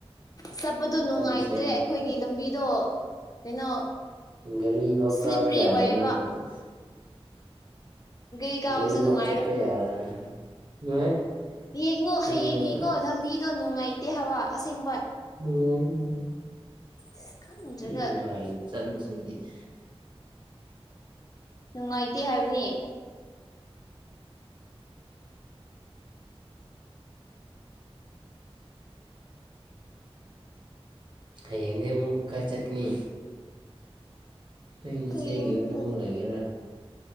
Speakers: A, on the left (about 35°); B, on the right (about 50°).
A: ꯆꯠꯄꯗꯣ
B: ꯐꯖꯅ
A: ꯅꯨꯡꯉꯥꯏꯇ꯭ꯔꯦ
B: ꯁꯦꯝꯃꯤ
A: ꯑꯩꯈꯣꯏꯒꯤ ꯂꯝꯕꯤ ꯗꯣ ꯀꯩꯅꯣ
B: ꯒꯥꯔꯤ ꯐꯥꯎ
A: ꯁ꯭ꯂꯤꯞꯄ꯭ꯔꯤ
B: ꯀꯥꯕ ꯌꯥꯔꯕꯅꯦ
A: ꯑꯣꯏꯌꯦꯕ
B: ꯍꯧꯖꯤꯛꯇꯤ
A: ꯒ꯭ꯔꯤ ꯀꯥꯕꯁꯨ
B: ꯒꯥꯔꯤ
A: ꯅꯨꯡꯉꯥꯏꯔꯣꯏ
B: ꯐꯥꯎ ꯆꯠꯄ ꯌꯥꯔꯕꯅꯤ ꯅꯨꯡꯉꯥꯏ
A: ꯌꯦꯡꯉꯣ
B: ꯈꯪꯗꯅ
A: ꯍꯌꯦꯡ ꯌꯦꯡꯉꯣ ꯂꯝꯕꯤꯗꯣ ꯅꯨꯡꯉꯥꯏꯇꯦ ꯍꯥꯏꯕ ꯑꯁꯦꯡꯕ
B: ꯅꯨꯡꯉꯥꯏ ꯅꯨꯡꯉꯥꯏ
A: ꯑꯁ ꯈꯪꯗ꯭ꯔꯒ
B: ꯃꯤ ꯅꯨꯡꯉꯥꯏꯅ ꯆꯠꯂꯤ <unintelligible>
A: ꯅꯨꯡꯉꯥꯏꯇꯦ ꯍꯥꯏꯕꯅꯤ
B: ꯍꯌꯦꯡꯗꯤꯃꯨꯛ ꯀꯥꯏ ꯆꯠꯅꯤ ꯅꯣꯏ ꯅꯆꯦꯒꯤ
A: ꯍꯌꯦꯡ
B: ꯌꯨꯝꯗꯃꯨꯛ
A: ꯂꯩ
B: ꯂꯩꯒꯦꯔꯥ